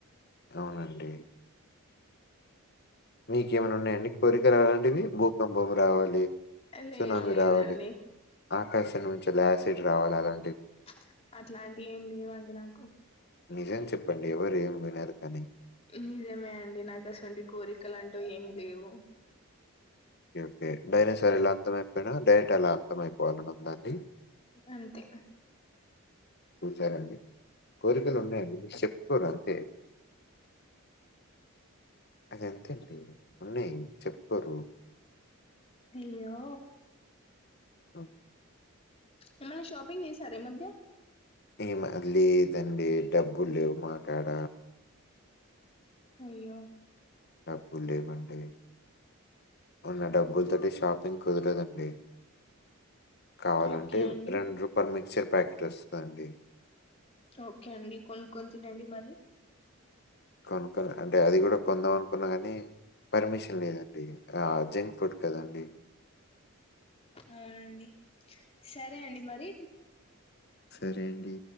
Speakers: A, on the left (about 50°); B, on the left (about 25°).
A: అవునండి మీకేమైనా ఉన్నాయండి కోరికలు అలాంటివి? భూకంపం రావాలి,
B: లేదు
A: సునామీ
B: లేదండి
A: రావాలి, ఆకాశం నుంచిలా యాసిడ్ రావాలి అలా
B: ప్చ్ అట్లాంటివి ఏం లేవండి నాకు
A: నిజం చెప్పండి ఎవరు ఏం వినరు కానీ.
B: నిజేమే అండి నాకసుంటి కోరికలు అంటే టు ఏమి లేవు
A: ఓకే ఒకే డైనొసర్ ఎలా అంతం అయిపోయినా డైట్ అలా అంత అయిపోవాలని ఉందండి
B: అంతే
A: చూచారండి కోరికలు ఉన్నాయండి మీర్ చెప్పుకోరు అంతే అదంతే అండీ ఉన్నాయి చెప్పరు
B: ఈయ్యో
A: ఓ
B: ఏమన్నా షాపింగ్ చేసారా ఈ మధ్య
A: ఏమ లేదండి డబ్బు లేవు మాకాడ
B: అయ్యో
A: డబ్బు లేవండి ఉన్న డబ్బులుతోటీస్ షాపింగ్ కుదరదండి కావాలంటే
B: ఓకే అండి
A: రెండు రూపాయల మిక్చర్ ప్యాకెట్ వస్తదండి
B: ఓకే అండి కొను కొని తినండి మరి
A: కొనుకోలే అంటే అది కూడా కొందాం అనుకున్నా కాని పర్మిషన్ లేదండి ఆ జెం ప్పుడు కదండి
B: అవునండి సరే అండి మరి
A: సరే అండి